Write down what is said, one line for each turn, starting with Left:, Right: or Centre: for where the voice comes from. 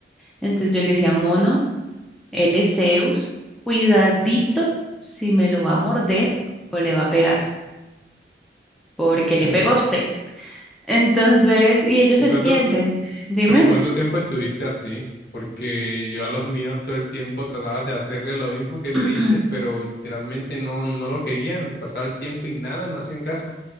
Centre: Entonces yo le decía, Mono, él es Zeus, cuidadito si me lo va a morder o le va a pegar, porque le
Left: Mm,
Centre: pegó a usted. Entonces, y ellos
Left: ¿Y
Centre: entienden.
Left: cuánto,
Centre: Dime.
Left: pero ¿y cuánto tiempo estuviste así? Porque yo a los míos todo el tiempo tratabas de hacerle lo mismo que
Centre: <clears throat>
Left: me dices, pero literalmente no, no lo querían. Pasaba el tiempo y nada, no hacían caso.